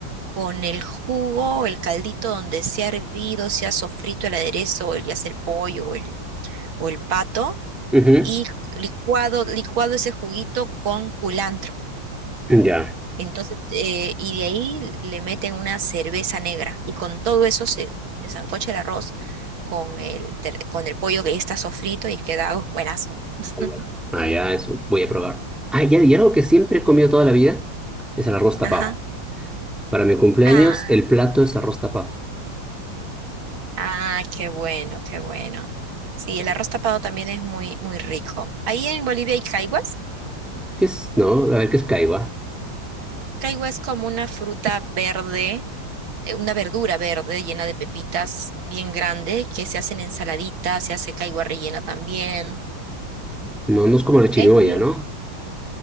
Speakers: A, on the right (about 85°); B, in the centre.
A: con el jugo, el caldito donde se ha hervido, se ha sofrito el aderezo, ya sea el pollo o el, o el pato,
B: ujú.
A: y licuado, licuado ese juguito con culantro.
B: Ya.
A: Entonces, eh, y de ahí le meten una cerveza negra y con todo eso se, se sancocha el arroz con el, ter- con el pollo que ya está sofrito y queda uh, buenazo. <laughs>
B: Ya. Ah, ya, eso. Voy a probar. Ah, ya, y algo que siempre he comido toda la vida es el arroz tapado.
A: Ajá.
B: Para mi cumpleaños,
A: Ah,
B: el plato es arroz tapado.
A: ah, qué bueno, qué bueno. Sí,
B: Es-
A: el arroz tapado también es muy, muy rico. Ahí en Bolivia hay caiguas.
B: ¿Qué es? No, a ver, ¿qué es caiba?
A: Caigua es como una fruta verde, eh, una verdura verde llena de pepitas bien grande que se hacen ensaladitas, se hace caigua rellena también.
B: No, no es como la chirimoya,
A: Es muy
B: ¿no?